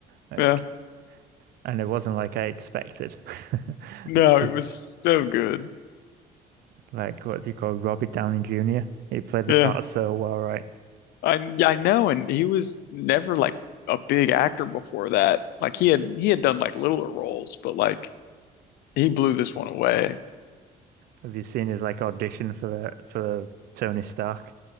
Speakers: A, on the right; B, on the left.
A: Like,
B: Yeah.
A: and it wasn't like I expected. <laughs>
B: No,
A: To-
B: it was so good.
A: Like, what do you call Robbie Downey Jr.? He played the
B: Yeah.
A: part so well, right?
B: I I know, and he was never like a big actor before that. Like he had he had done like littler roles, but like he blew this one away.
A: Have you seen his like audition for the for Tony Stark?